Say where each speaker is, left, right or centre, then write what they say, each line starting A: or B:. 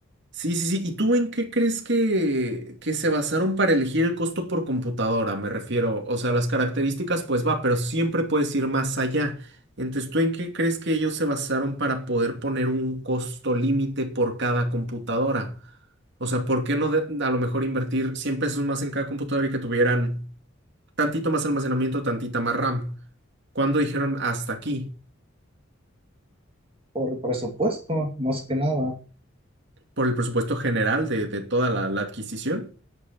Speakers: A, on the right; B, on the right.
A: Sí, sí, sí. ¿Y tú en qué crees que, que se basaron para elegir el costo por computadora? Me refiero, o sea, las características, pues va, pero siempre puedes ir más allá. Entonces, ¿tú en qué crees que ellos se basaron para poder poner un costo límite por cada computadora? O sea, ¿por qué no de- a lo mejor invertir 100 pesos más en cada computadora y que tuvieran tantito más almacenamiento, tantita más RAM? ¿Cuándo dijeron hasta aquí?
B: Por el presupuesto, más que nada.
A: ¿Por el presupuesto general de, de toda la la adquisición?